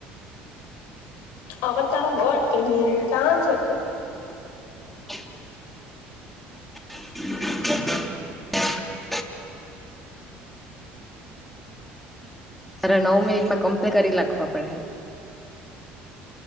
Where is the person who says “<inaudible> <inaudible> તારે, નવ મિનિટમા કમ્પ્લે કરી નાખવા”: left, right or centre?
Centre